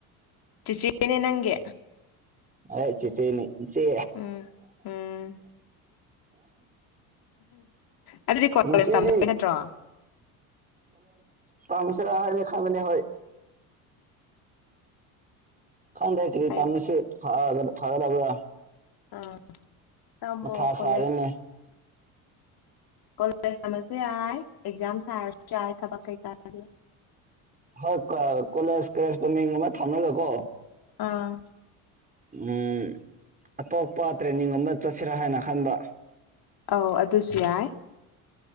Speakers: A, on the left (about 55°); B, on the right (about 20°).
A: ꯆꯦꯆꯦꯅꯦ ꯅꯪꯒꯤ
B: ꯍꯣꯢ ꯆꯦꯆꯦꯅꯤ ꯏꯆꯦ
A: ꯎꯝ ꯎꯝ ꯑꯗꯨꯗꯤ ꯀꯣꯠ
B: ꯉꯁꯤꯗꯤ
A: ꯀꯣꯂꯦꯖ ꯇꯝꯗꯕꯩ ꯅꯠꯇ꯭ꯔꯣ
B: ꯇꯥꯝꯁꯤꯔ ꯍꯥꯏꯅ ꯈꯟꯕꯅꯤ ꯍꯣꯏ ꯈꯪꯗ꯭ꯔꯦ ꯀꯔꯤ
A: ꯐꯩ
B: ꯇꯝꯅꯁꯤꯒ ꯐꯒꯗꯕ꯭ꯔꯥ
A: ꯑꯥ ꯇꯝꯃꯣ
B: ꯃꯊꯥ
A: ꯀꯣꯂꯦꯖ
B: ꯁꯥꯔꯦꯅꯦ
A: ꯀꯣꯂꯦꯖ ꯇꯝꯃꯕꯁꯨ ꯌꯥꯏ ꯑꯦꯛꯖꯥꯝ ꯊꯥꯔꯁꯨ ꯌꯥꯏ ꯊꯕꯛ ꯀꯩꯀꯥꯒ
B: ꯍꯣꯏ ꯀꯣꯂꯦꯖ ꯀꯔꯦꯁꯄꯣꯟꯗꯤꯡ ꯒꯨꯝꯕ ꯊꯝꯔꯒꯀꯣ
A: ꯑꯥ
B: ꯎ ꯑꯇꯣꯞꯄ ꯇ꯭ꯔꯦꯟꯅꯤꯡ ꯑꯃ ꯆꯠꯁꯤꯔꯥ ꯍꯥꯏꯅ ꯈꯟꯕ
A: ꯑꯧ ꯑꯗꯨꯁꯨ ꯌꯥꯏ